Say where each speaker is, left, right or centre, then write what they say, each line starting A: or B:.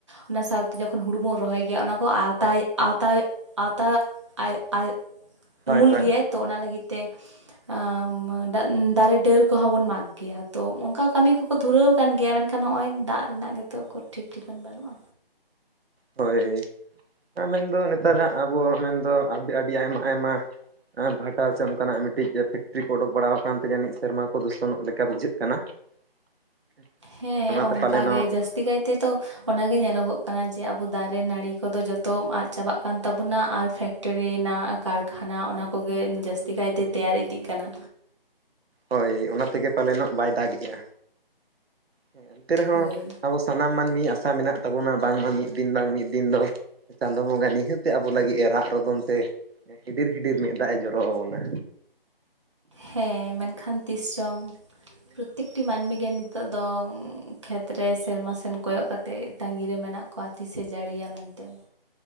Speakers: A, on the right; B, on the right.
A: ᱚᱱᱟ ᱥᱟᱶᱛᱮ ᱡᱚᱠᱷᱚᱱ ᱦᱩᱲᱩ ᱵᱚᱱ ᱨᱚᱦᱚᱭ ᱜᱮᱭᱟ, ᱚᱱᱟ ᱠᱚ ᱟᱣᱛᱟᱭ, ᱟᱣᱛᱟᱭ, ᱟᱣᱛᱟ, ᱟᱭ-ᱟᱭ
B: ᱦᱳᱭ
A: ᱩᱢᱩᱞ
B: ᱦᱳᱭ
A: ᱜᱮᱭᱟᱭ ᱛᱚ ᱚᱱᱟ ᱞᱟᱹᱜᱤᱜ ᱛᱮ ᱟᱸ ᱢᱟ ᱫᱟᱜ ᱫᱟᱨᱮ ᱰᱟᱹᱨ ᱠᱚᱦᱚᱸ ᱵᱚᱱ ᱢᱟᱜᱽ ᱜᱮᱭᱟ ᱦᱟ᱾ ᱛᱚ ᱚᱝᱠᱟ ᱠᱟᱹᱢᱤ ᱠᱚᱠᱚ ᱫᱷᱩᱨᱟᱹᱣ ᱠᱟᱱ ᱜᱮᱭᱟ ᱢᱮᱱᱠᱷᱟᱱ ᱱᱚᱜᱼᱚᱸᱭ ᱫᱟᱜ ᱨᱮᱱᱟᱜ ᱜᱮᱛᱚ ᱠᱚ ᱴᱷᱤᱠ-ᱴᱷᱤᱠᱟᱹᱱ ᱵᱟᱹᱱᱩᱜᱼᱟ᱾
B: ᱛᱟᱦ ᱦᱳᱭ᱾ ᱟ ᱢᱮᱱᱫᱚ ᱱᱮᱛᱟᱨᱟᱜ, ᱟᱵᱚᱶᱟᱜ ᱢᱮᱱᱫᱚ ᱟᱹᱰᱤ-ᱟᱹᱰᱤ, ᱟᱭᱢᱟ-ᱟᱭᱢᱟ ᱟᱸ ᱵᱷᱟᱴᱟ ᱥᱮ ᱚᱱᱠᱟᱱᱟᱜ ᱢᱤᱜᱴᱤᱡ 'ᱯᱷᱮᱠᱴᱤ' ᱠᱚ ᱚᱰᱩᱠ ᱵᱟᱲᱟ ᱣᱟᱠᱟᱱ ᱛᱮ ᱡᱟᱹᱱᱤᱡ ᱥᱮᱨᱢᱟ ᱠᱚ ᱫᱩᱥᱚᱱᱚᱜ ᱞᱮᱠᱟ ᱵᱩᱡᱷᱟᱹᱜ ᱠᱟᱱᱟ᱾ <inaudible>
A: ᱦᱮᱸ,
B: ᱚᱱᱟᱛᱮ
A: ᱚᱝᱠᱟ
B: ᱯᱟᱞᱮᱱᱚᱜ
A: ᱜᱮ ᱡᱟᱹᱥᱛᱤ ᱠᱟᱭ ᱛᱮ ᱫᱚ ᱚᱱᱟᱜᱮ ᱧᱮᱞᱚᱜᱚᱜ ᱠᱟᱱᱟ ᱡᱮ ᱟᱵᱚ ᱫᱟᱨᱮ, ᱱᱟᱹᱲᱤ ᱠᱚᱫᱚ ᱡᱚᱛᱚᱢ ᱟᱫ ᱪᱟᱵᱟᱜ ᱠᱟᱱ ᱛᱟᱵᱚᱱᱟ ᱟᱨ 'ᱯᱷᱮᱠ- -ᱴᱨᱤ' ᱱᱟᱜ 'ᱠᱟᱨᱠᱷᱟᱱᱟ', ᱚᱱᱟ ᱠᱚᱜᱮ ᱮᱱ ᱡᱟᱹᱥᱛᱤ ᱠᱟᱭ ᱛᱮ ᱛᱮᱭᱟᱨ ᱤᱫᱤᱜ ᱠᱟᱱᱟ᱾
B: ᱦᱳᱭ, ᱚᱱᱟ ᱛᱮᱜᱮ ᱯᱟᱞᱮᱱᱚᱜ ᱵᱟᱭ ᱫᱟᱜᱮᱜᱼᱟ᱾ ᱦᱮᱸ, ᱮᱱᱛᱮ ᱨᱮᱦᱚᱸ
A: ᱦᱳᱭ
B: ᱟᱵᱚ ᱥᱟᱱᱟᱢ ᱢᱟᱱᱢᱤ ᱟᱥᱟ ᱢᱮᱱᱟᱜ ᱛᱟᱵᱚᱱᱟ ᱵᱟᱝᱢᱟ ᱢᱤᱫ ᱫᱤᱱ ᱵᱟᱝ ᱢᱤᱫ ᱫᱤᱱ ᱫᱚ 'ᱪᱟᱸᱫᱚ ᱵᱚᱸᱜᱟ' ᱱᱤᱦᱟᱹᱛᱮ ᱟᱵᱚ ᱞᱟᱹᱜᱤᱜᱼᱮ ᱨᱟᱜ ᱨᱫᱚᱱ ᱛᱮ ᱮᱸ ᱦᱤᱰᱤᱨ-ᱦᱤᱰᱤᱨ ᱢᱮᱜ ᱫᱟᱜᱼᱮ ᱡᱚᱨᱚ ᱣᱚᱵᱚᱱᱟ᱾
A: ᱦᱮᱸ, ᱢᱮᱱᱠᱷᱟᱱ ᱛᱤᱥ ᱪᱚᱝ ᱯᱨᱚᱛᱛᱮᱠᱴᱤ ᱢᱟᱹᱱᱢᱤ ᱜᱮ ᱱᱤᱛ ᱛᱳᱜ ᱫᱚ ᱚᱝ ᱠᱷᱮᱛ ᱨᱮ ᱥᱮᱨᱢᱟ ᱥᱮᱱ ᱠᱚᱭᱚᱜ ᱠᱟᱛᱮᱜ ᱛᱟᱸᱜᱤᱨᱮ ᱢᱮᱱᱟᱜ ᱠᱚᱣᱟ ᱛᱤᱥᱮ ᱡᱟᱲᱤᱭᱟ ᱢᱮᱱ ᱛᱮ?